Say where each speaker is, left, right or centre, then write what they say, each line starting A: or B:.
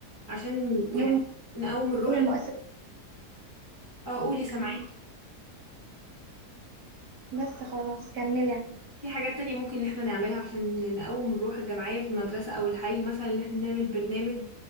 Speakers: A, on the right; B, on the right.
A: عشان
B: يوم
A: يعني
B: ما
A: نقوم الروح
B: تكون
A: ال-
B: المؤسسة
A: اه قولي سامعاكي
B: كاملة بس خلاص كمل يعني
A: في حاجات تانية ممكن ان احنا نعملها عشان نقوم الروح الجماعية في المدرسة او الحي مثلا ان احنا نعمل برنامج